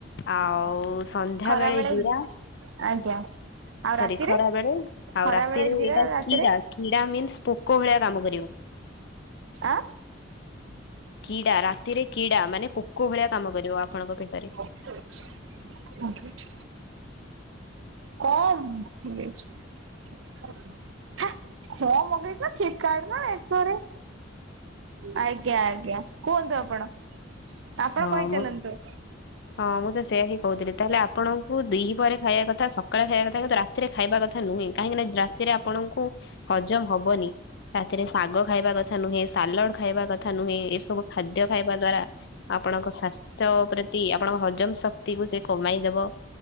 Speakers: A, on the left; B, on the right.
A: ଆଉ ସନ୍ଧ୍ୟା
B: ଖରାବେଳେ
A: ବେଳେ ଜିରା
B: ଆଜ୍ଞା। ଆଉ
A: ସରି
B: ରାତିରେ
A: ଖରା ବେଳେ ଆଉ
B: ଖରା
A: ରାତିରେ
B: ବେଳେ ଜିରା।
A: ଏଇଟା
B: ରାତିରେ?
A: କିଡା କିଡା ମିନ୍ସ ପୋକ ଭଳିଆ କାମ କରିବ।
B: ଆଁ
A: କିଡା ରାତିରେ କିଡା ମାନେ ପୋକ ଭଳିଆ କାମ କରିବ ଆପଣଙ୍କ ପେଟରେ।
B: <inaudible> କଣ ବିଚ୍ ହେ କଣ ମଗେଇଚୁ ନା ଫ୍ଲିପର୍କାଡ ନା ମୋସୋରେ। ଆଜ୍ଞା ଆଜ୍ଞା କୁହନ୍ତୁ ଆପଣ? ଆପଣ
A: ହଁ
B: କହିଚାଲନ୍ତୁ।
A: ମୁଁ ହଁ ମୁଁ ତ ସେୟା ହିଁ କୋଉଥିଲି ତାହେଲେ ଆପଣଙ୍କୁ ଦି ପହରେ ଖାଇବା କଥା ସକାଳେ ଖାଇବା କଥା କିନ୍ତୁ ରା ତିରେ ଖାଇବା କଥା ନୁହେଁ କାହିଁକିନା ରାତିରେ ଆପଣଙ୍କୁ ହଜମ ହବନି। ରାତିରେ ଶାଗ ଖାଇବା କଥା ନୁହେଁ। ସାଲଡ ଖାଇବା କଥା ନୁହେଁ। ଏସବୁ ଖାଦ୍ୟ ଖାଇବା ଦ୍ଵାରା ଆପଣଙ୍କ ସ୍ଵାସ୍ଥ୍ୟ ପ୍ରତି ଆପଣଙ୍କ ହଜମ ଶକ୍ତି କୁ ସେ କମାଇଦବ।